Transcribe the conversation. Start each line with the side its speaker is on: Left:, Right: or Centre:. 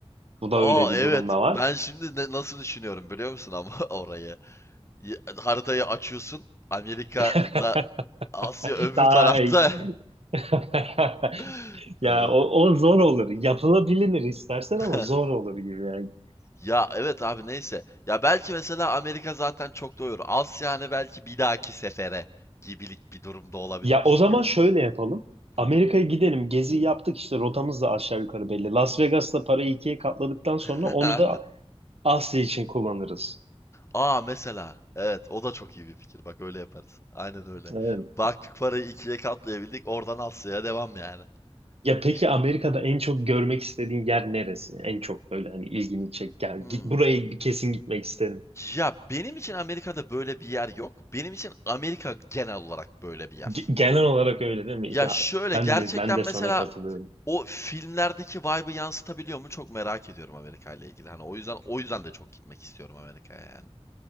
Right: Bu da
Left: aa
Right: öyle bir
Left: evet
Right: durumda var.
Left: ben şimdi ne- nasıl düşünüyorum biliyor musun ama <laughs> orayı. Ya- Haritayı açıyorsun Amerika
Right: <laughs>
Left: ile Asya öbür
Right: Tay.
Left: tarafta.
Right: <laughs>
Left: <laughs>
Right: Ya
Left: Ee,
Right: o, o zor olur. Yapılabilir istersen
Left: <laughs>
Right: ama zor olur gibi yani.
Left: Ya evet abi neyse. Ya belki mesela Amerika zaten çok doyurur. Asya hani belki bir dahaki sefere gibilik bir durumda olabilir.
Right: Ya
Left: Çünkü
Right: o zaman şöyle yapalım.
Left: Hı.
Right: Amerika'ya gidelim. Gezi yaptık işte rotamız da aşağı yukarı belli. Las Vegas'ta parayı ikiye katladıktan sonra
Left: <laughs>
Right: onu da Asya için kullanırız.
Left: Aa mesela. Evet o da çok iyi bir fikir. Bak öyle yaparız. Aynen öyle.
Right: Evet.
Left: Baktık parayı ikiye katlayabildik. Oradan Asya'ya devam yani.
Right: Ya peki
Left: İşi...
Right: Amerika'da en çok görmek istediğin yer neresi? En çok böyle hani ilgini çek. Yani
Left: Hmm.
Right: git buraya bir kesin gitmek isterim.
Left: Ya benim için Amerika'da böyle bir yer yok. Benim için Amerika genel olarak böyle bir yer.
Right: Ge- genel olarak öyle değil mi?
Left: Ya
Right: Ya
Left: şöyle
Right: ben
Left: gerçekten
Right: de ben de
Left: mesela
Right: sana katılıyorum.
Left: o filmlerdeki vibe'ı yansıtabiliyor mu çok merak ediyorum Amerika ile ilgili. Hani o yüzden o yüzden de çok gitmek istiyorum Amerika'ya yani.